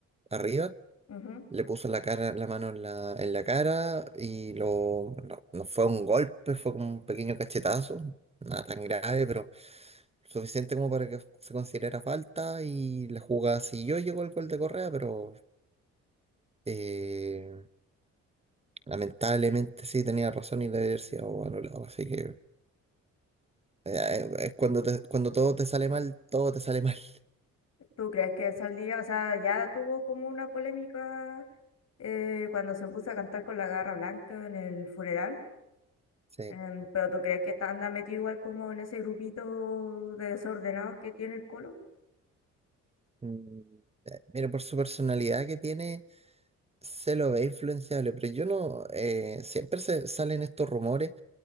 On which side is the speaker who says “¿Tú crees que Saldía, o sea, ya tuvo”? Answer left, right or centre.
Left